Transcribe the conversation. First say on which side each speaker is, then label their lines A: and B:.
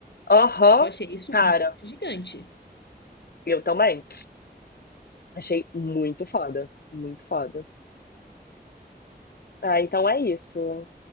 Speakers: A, on the left; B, on the left.
A: Aham,
B: Eu achei isso
A: cara,
B: muito gigante.
A: eu também. Achei muito foda, muito foda. Ah, então é isso.